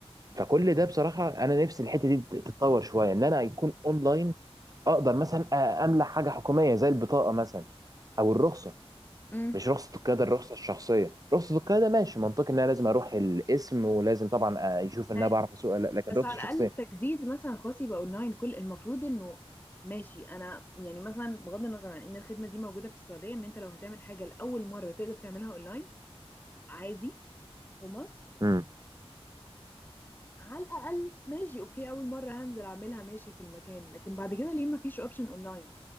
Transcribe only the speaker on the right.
فكل ده بصراحه انا نفسي الحته دي تت- تتطور شويه ان انا يكون اونلاين اقدر مثلا أ- املى حاجه حكوميه زي البطاقه مثلا او الرخصه
مش رخصة القيادة الرخصة الشخصية رخصة القيادة ماشي منطقي ان انا لازم اروح القسم ولازم طبعا آه، يشوف ان
انا بعرف اسوق ولا لا لكن
الرخصة
الشخصية
امم